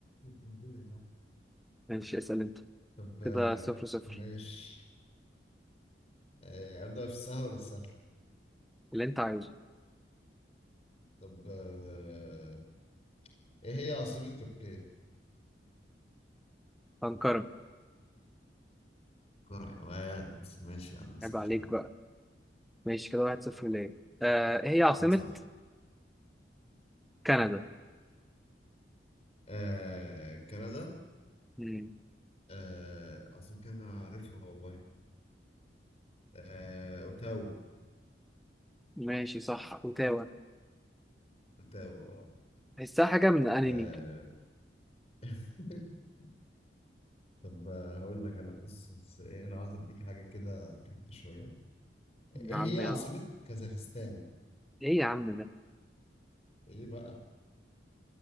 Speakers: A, on the left (about 35°); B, in the centre.
A: البرازيل
B: ماشي اسأل انت
A: طب
B: كده
A: آه،
B: صفر صفر
A: ماشي آه، أبدأ في السهل ولا السهل؟
B: اللي انت عايزه
A: طب آه، إيه هي عاصمة تركيا؟
B: أنقرة
A: كرة يا واد ماشي يا عم سلطان
B: عيب عليك
A: انت
B: بقى ماشي كده واحد صفر ليا آه إيه هي عاصمة
A: انت صح
B: كندا
A: آه، كندا
B: مم.
A: آه، عاصمة كندا أنا عارفها والله آه، أوتاوا
B: ماشي صح اوتاوا
A: أوتاوا آه
B: تحسها حاجة من أنمي
A: آه، <laughs> طب آه، هقول لك أنا بص بص، إيه أنا عاوز أديك حاجة كده تركي شوية إيه
B: يا عم
A: هي عاصمة
B: يلا
A: كازاخستان؟
B: ايه يا عم ده
A: إيه بقى؟